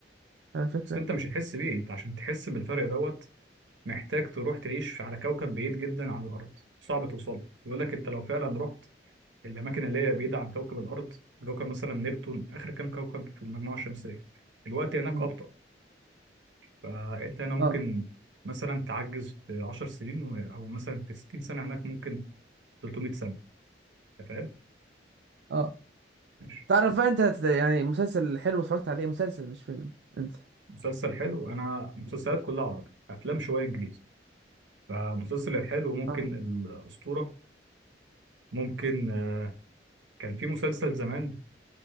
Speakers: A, on the right (about 70°); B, on the right (about 85°).
A: فاهم الفكرة؟
B: اصل انت مش هتحس بيه انت عشان تحس بالفرق دوت محتاج تروح تعيش على كوكب بعيد جدا عن الارض صعب توصل له بيقول لك انت لو فعلا رحت الاماكن اللي هي بعيدة عن كوكب الارض كوكب مثلا نبتون اخر كام كوكب في المجموعة الشمسية الوقت هناك
A: م.
B: ابطأ فانت هنا ممكن
A: اه
B: مثلا تعجز في 10 سنين و- او مثلا في 60 سنة هناك ممكن في 300 سنة انت فاهم؟
A: اه
B: ماشي
A: تعرف بقى انت ت- يعني مسلسل حلو اتفرجت عليه مسلسل مش فيلم انت
B: مسلسل حلو انا مسلسلات كلها عربي افلام شويه انجليزي فمسلسل الحلو ممكن
A: اه
B: الاسطوره ممكن آه، كان في مسلسل زمان